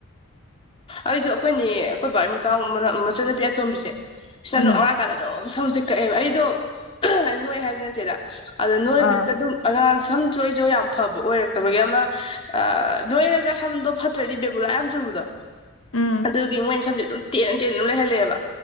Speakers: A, on the left; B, on the left.
A: ꯑꯩꯁꯨ ꯑꯩꯈꯣꯏꯅꯦ ꯑꯩꯈꯣꯏ ꯕꯥꯒꯤ ꯃꯆꯥ ꯃꯔꯛ ꯃꯆꯟꯅꯨꯄꯤ ꯑꯇꯣꯝꯕꯤꯁꯦ
B: ꯎꯝ
A: ꯅ ꯑ ꯀꯂꯗꯣ <unintelligible> ꯁꯝꯁꯦ ꯀꯛꯑꯦꯕ ꯑꯩꯗꯣ ꯑꯍ ꯅꯣꯏ ꯍꯥꯏꯗꯅ ꯆꯦꯗ ꯑꯗ ꯅꯣꯏꯕꯁꯤꯗ
B: ꯑꯥ
A: ꯑꯗꯨꯝ ꯑꯉꯥꯡ ꯁꯝꯁꯨ ꯑꯩꯁꯨ ꯌꯥꯝ ꯐꯕ ꯑꯣꯏꯔꯛꯇꯕꯒꯤ ꯑꯃ ꯅꯣꯏꯔꯒ ꯁꯝꯗꯣ ꯐꯠꯇ꯭ꯔꯗꯤ ꯕꯦꯕꯨꯂꯥ ꯌꯥꯝ ꯆꯨꯕꯗꯣ
B: ꯎꯝ
A: ꯑꯗꯨꯒꯤ ꯃꯣꯏꯅ ꯁꯝꯁꯦ ꯑꯗꯨꯝ ꯇꯦꯟꯅ ꯇꯦꯟ ꯑꯗꯨꯝ ꯂꯩꯍꯜꯂꯦꯕ